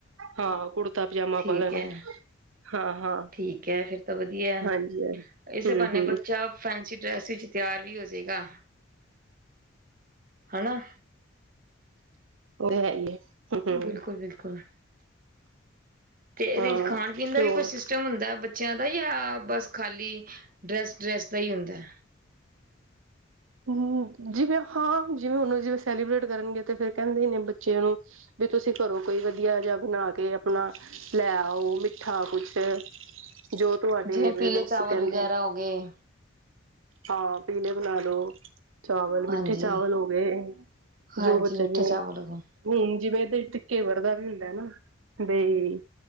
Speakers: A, on the right; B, on the right.
A: ਹਾਂ ਕੁੜਤਾ ਪਜਾਮਾ
B: ਠੀਕ
A: ਪਾ ਲੈਣ।
B: ਹੈ
A: ਹਾਂ-ਹਾਂ
B: ਠੀਕ ਹੈ ਫਿਰ ਤਾਂ ਵਧੀਆ
A: ਹਾਂਜੀ-ਹਾਂਜੀ
B: ਇਸੇ ਬਹਾਨੇ
A: ਹੂੰ ਹੂੰ।
B: ਬੱਚਾ ਫੈਂਸੀ ਡਰੈਸ ਵਿੱਚ ਤਿਆਰ ਵੀ ਹੋਜੇਗਾ। ਹਨਾ।
A: ਉਹ ਹੈ ਹੀ। ਹਮ ਹਮ
B: ਬਿਲਕੁਲ -ਬਿਲਕੁਲ ਤੇ ਇਹਦੇ
A: ਹਾਂ
B: ਚ ਖਾਣ ਪੀਣ ਦਾ
A: ਤੇ
B: ਵੀ
A: ਉਹ
B: ਕੌਈ ਸਿਸਟਮ ਸਿਸਟਮ ਹੁੰਦਾ ਬੱਚਿਆਂ ਦਾ ਜਾਂ ਬਸ ਖਾਲੀ ਡਰੈਸ -ਡਰੈੱਸ ਦਾ ਹੀ ਹੁੰਦਾ।
A: ਹੂੰ, ਜਿਵੇਂ ਹਾਂ ਜਿਵੇਂ ਹੁਣ ਜਿਵੇਂ ਸੈਲੀਬ੍ਰੇਟ ਕਰਨਗੇ ਤੇ ਫਿਰ ਕਹਿੰਦੇ ਨੇ ਬੱਚਿਆਂ ਨੂੰ। ਵੀ ਤੁਸੀਂ ਘਰੋ ਕੋਈ ਵਧੀਆ ਜਿਹਾ ਬਣਾ ਕੇ ਆਪਣਾ ਲੈ ਆਓ ਮਿੱਠਾ ਕੁਛ। ਜੋ ਤੁਹਾਡੇ
B: ਜਿਵੇਂ ਪੀਲੇ
A: ਪੇਰੈਂਟਸ
B: ਚਾਵਲ
A: ਕਹਿੰਦੇ
B: ਵਗੈਰਾ ਹੋ ਗਏ
A: ਹਾਂ ਪੀਲੇ ਬਣਾ ਲਉ। ਚਾਵਲ ਮਿੱਠੇ
B: ਹਾਂਜੀ
A: ਚਾਵਲ ਹੋ ਗਏ।
B: ਹਾਂਜੀ
A: ਜੋ ਬੱਚਾ
B: ਮਿੱਠੇ
A: ਜਿਵੇ।
B: ਚਾਵਲ ਹੋ ਗਏ
A: ਹੁਣ ਜਿਵੇਂ ਇਹਦੇ ਵਿੱਚ ਘੇਵਰ ਦਾ ਵੀ ਹੁੰਦਾ ਨਾ ਬਈ